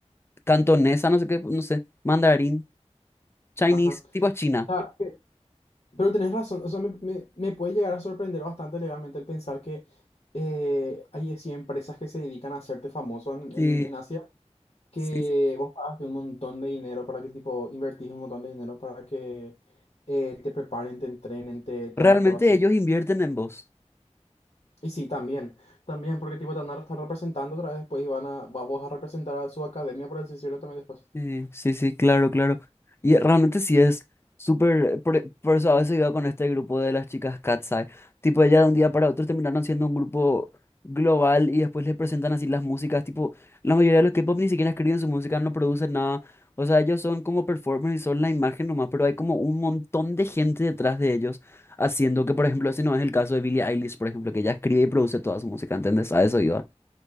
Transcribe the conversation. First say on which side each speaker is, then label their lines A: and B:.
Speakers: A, on the left; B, on the left.
A: cantonesa, no sé qué, no sé, mandarín, Chinese,
B: Ajá.
A: tipo China.
B: Cha, que- pero tenés razón. O sea, me, me- me puede llegar a sorprender bastante legalmente el pensar que eh, hay así empresas que se dedican a hacerte famoso en, en,
A: Sí,
B: en Asia que
A: sí, sí.
B: vos pagaste un montón de dinero para que, tipo, invertís un montón de dinero para que eh, te preparen, te entrenen, te, te
A: Realmente
B: hagan todo así.
A: ellos invierten en vos.
B: Y sí, también, también, porque, tipo, te van a estar representando otra vez después y van a, va- vos a representar a su academia, por así decirlo, también después.
A: Sí, sí, sí, claro, claro. Y realmente sí es súper. Por, por eso a veces iba con este grupo de las chicas Katseye. Tipo, ellas de un día para otro terminaron siendo un grupo global y después les presentan así las músicas. Tipo, la mayoría de los K-pop ni siquiera escriben su música, no producen nada. O sea, ellos son como performers y son la imagen nomás, pero hay como un montón de gente detrás de ellos haciendo que, por ejemplo, ese no es el caso de Billie Eilish, por ejemplo, que ella escribe y produce toda su música, ¿entendés? A eso iba.